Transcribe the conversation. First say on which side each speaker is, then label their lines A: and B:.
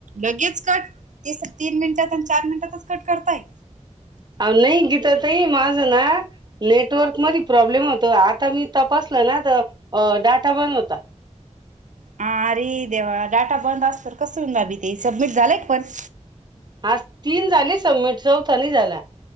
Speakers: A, on the right; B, on the right.
A: लगेच कट, ते तीन मिनिटात आणि चार मिनिटातच कट करताय?
B: नाही गीताताई माझं ना, नेटवर्क मध प्रॉब्लेम होत आता मी तपासल ना आ डाटा बंद होता.
A: ह अरे देवा डाटा बंद असत कस होईल भाभी ते सबमिट झालंय का पण.
B: हा तीन झाले समिट चौथा नाही झाला.